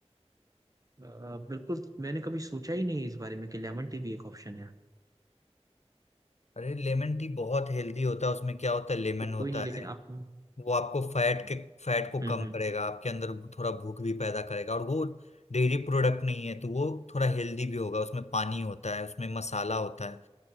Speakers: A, on the right; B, on the left.
A: अ, बिल्कुल मैंने कभी सोचा ही नहीं इस बारे में कि लेमन टी भी एक ऑप्शन है
B: अरे लेमन टी बहुत हेल्दी होता है उसमें क्या होता है लेमन
A: तो
B: होता
A: कोई नहीं लेकिन
B: है
A: आप हम्म
B: वो आपको फैट के फैट को
A: हम्म
B: कम करेगा आपके अंदर थोड़ा भूख भी पैदा करेगा और वो डेयरी प्रोडक्ट नहीं है तो वो थोड़ा हेल्दी भी होगा उसमें पानी होता है उसमें मसाला होता है